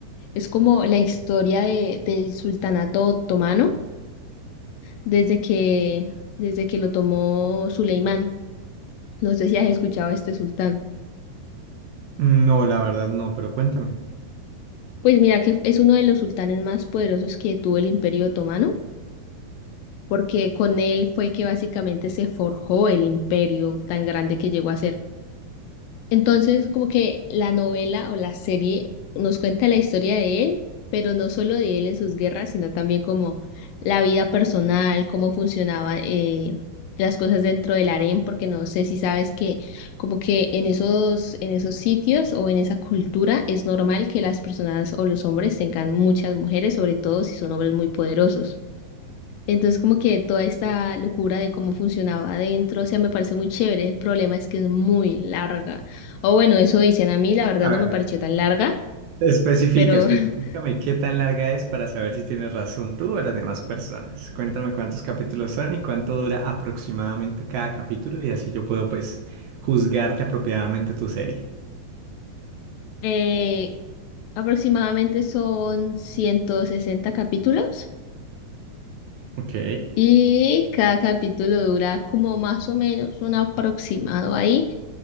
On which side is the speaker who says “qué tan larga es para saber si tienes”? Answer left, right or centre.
Right